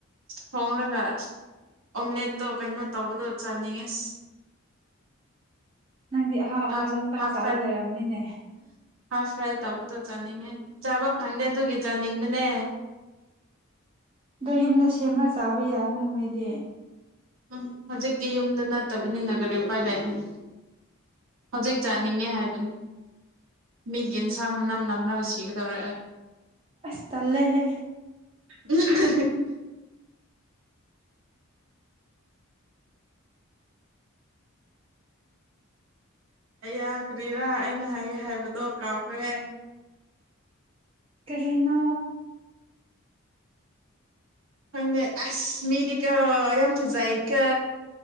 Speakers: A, on the right; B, on the right.
A: ꯊꯣꯡꯡꯂꯒ ꯑꯣꯝꯂꯦꯠꯇꯣ ꯀꯩꯅꯣ ꯇꯧꯕꯗꯣ ꯆꯥꯅꯤꯡꯉꯁ
B: ꯅꯪꯗꯤ ꯑꯍꯥꯎ
A: ꯍꯥꯐ
B: ꯑꯍꯥꯕꯥꯇꯥꯪ
A: ꯍꯥꯐ
B: ꯆꯥꯔ
A: ꯐ꯭ꯔꯥꯏ
B: ꯂꯩꯔꯝꯅꯤꯅꯦ
A: ꯍꯥꯐ ꯐ꯭ꯔꯥꯏ ꯇꯧꯕꯗꯣ ꯆꯥꯅꯤꯡꯉꯦ ꯆꯥꯕ ꯐꯪꯗꯦ ꯑꯗꯨꯒꯤ ꯆꯥꯅꯤꯡꯕꯅꯦ
B: ꯑꯗꯣ ꯌꯨꯝꯗ ꯁꯦꯝꯃꯒ ꯆꯥꯕ ꯌꯥꯏꯅ ꯅꯣꯏꯗꯤ
A: ꯎꯝ ꯍꯧꯖꯤꯛꯇꯤ ꯌꯨꯝꯗ ꯅꯠꯇꯕꯅꯤꯅ ꯀꯔꯤ ꯎꯄꯥꯏ ꯂꯥꯏꯕꯤ ꯍꯧꯖꯤꯛ ꯆꯥꯅꯤꯡꯉꯦ ꯍꯥꯏꯕꯅꯤ ꯃꯤ ꯌꯦꯟꯁꯥꯡ ꯃꯅꯝ ꯅꯝꯂꯒ ꯁꯤꯒꯗꯧꯔ
B: ꯑꯁꯇꯥꯂꯦꯍꯦ
A: ꯎꯝ ꯑꯩ ꯌꯥꯒ꯭ꯔꯤꯔꯥ ꯑꯩꯅ ꯍꯥꯏꯒꯦ ꯍꯥꯏꯕꯗꯣ ꯀꯥꯎꯈ꯭ꯔꯦ
B: ꯀꯔꯤꯅꯥ
A: ꯈꯪꯗꯦ ꯑꯁ ꯃꯤꯗꯤ ꯀꯣ ꯌꯥꯝ ꯐꯖꯩꯀꯣ